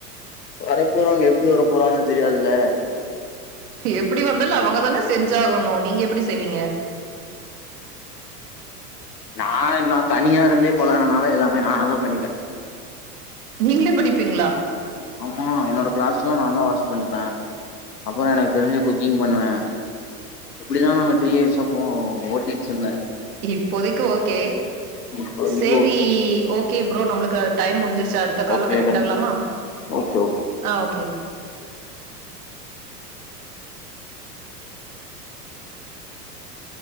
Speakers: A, on the left; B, on the right.
A: வர போறவங்க எப்டி வர போறாங்கன்னு தெரியாதுல
B: எப்டி வந்தாலு அவங்கதானே செஞ்சாகணு நீங்க எப்டி செய்வீங்க
A: நா என தனியா இருந்தே பழகுனதனால எல்லாமே நா அத பண்ணிட்டே
B: நீங்களே பண்ணிப்பிங்களா
A: ஆமா என்னோடய கிளாத்ஸ்லா நா தா வாஷ் பண்ணிப்பே அப்றோ எனக்கு தெரிஞ்ச குக்கிங் பண்ணுவே இப்படிதா நாங்க த்ரீ இயர்ஸா போ ஓட்டிட்டு இருந்தே
B: இப்போதைக்கு ஓகே
A: இப்போ
B: செரி ஓகே ப்ரோ நம்மளுக்கு டைம் முடிஞ்சிருச்சு அடு அடுத்த கால்ல
A: ஓகே
B: கனெக்ட்
A: டன்
B: ஆகலாமா
A: ஓகே ஓகே
B: ஆ ஓகே